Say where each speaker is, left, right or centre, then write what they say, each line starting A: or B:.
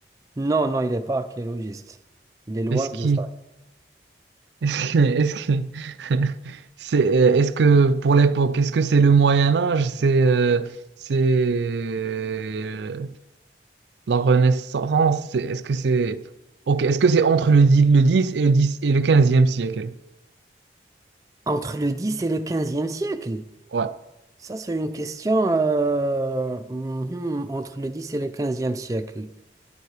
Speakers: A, on the right (about 20°); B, on the right (about 75°).
A: Non, non, il n'est pas archéologiste. Il est loin
B: Est-ce qu'il
A: de ça.
B: Est-ce que, est-ce que, <laughs> c'est, euh, est-ce que pour l'époque, est-ce que c'est le Moyen Âge, c'est euh, c'est euh, la Renaissance, c'est- est-ce que c'est ok, est-ce que c'est entre le 10 le dix et le dix et le quinzième siècle?
A: Entre le dix et le quinzième siècle?
B: Ouais.
A: Ça, c'est une question. euh, mhm, entre le 10 et le quinzième siècle.